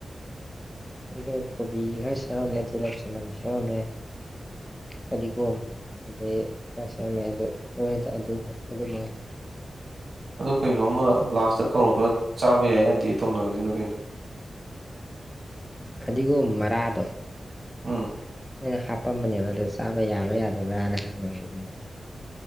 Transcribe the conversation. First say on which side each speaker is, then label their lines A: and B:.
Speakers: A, in the centre; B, on the right.
A: ꯑꯩꯣꯏ ꯀꯣꯕꯤ ꯈꯔ ꯁꯦꯝꯔꯝꯃꯦ ꯇꯤꯜꯍꯧ ꯆꯅꯝ ꯁꯦꯝꯔꯝꯃꯦ ꯐꯗꯤꯒꯣꯝ ꯑꯗꯩ ꯈꯔ ꯁꯦꯝꯝꯃꯦ ꯑꯗꯨ ꯂꯣꯏꯔꯗ ꯑꯗꯨꯒ ꯑꯗꯨ ꯃꯉꯥꯏ
B: ꯀꯩꯅꯣꯃ ꯂꯥꯁꯇ ꯀꯧꯔꯛꯈꯤꯕ ꯆꯥꯕ ꯌꯥꯏ ꯌꯥꯗꯤ ꯇꯧꯅꯉꯤꯗꯨꯅ ꯀꯩꯅꯣ
A: ꯐꯗꯤꯒꯣꯝ ꯃꯔꯥꯗꯣ
B: ꯎꯝ
A: ꯅꯩꯅ ꯍꯥꯞꯄꯝꯕꯅꯦꯕ ꯑꯗꯣ ꯆꯥꯕ ꯌꯥꯕ꯭ꯔꯥ ꯌꯥꯗꯕ꯭ꯔꯥꯅ ꯍꯪꯉꯕ ꯑꯗꯨꯗꯤ